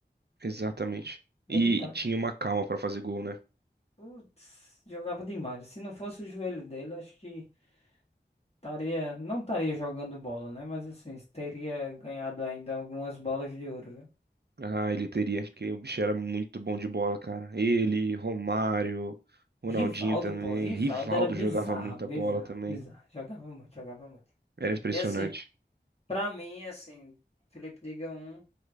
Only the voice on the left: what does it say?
Ele tá.
Putz, jogava demais. Se não fosse o joelho dele, acho que estaria. Não estaria jogando bola, né? Mas assim, teria ganhado ainda algumas bolas de ouro, viu?
Rivaldo,
pô, Rivaldo
era bizarro,
bizarro,
bizarro. Jogava muito, jogava muito.
E assim, pra mim, assim, Felipe, diga um,